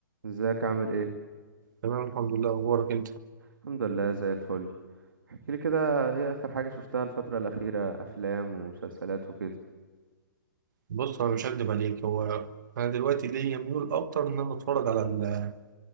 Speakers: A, on the right; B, on the right.
A: ازيك عامل ايه
B: تمام الحمد لله اخبارك انت
A: الحمد لله زي الفل احكي لي كده ايه اخر حاجة شفتها الفترة الأخيرة افلام ومسلسلات وكده
B: بص انا مش هكدب عليك هو انا دلوقتي ليا ميول اكتر ان انا اتفرج على ال-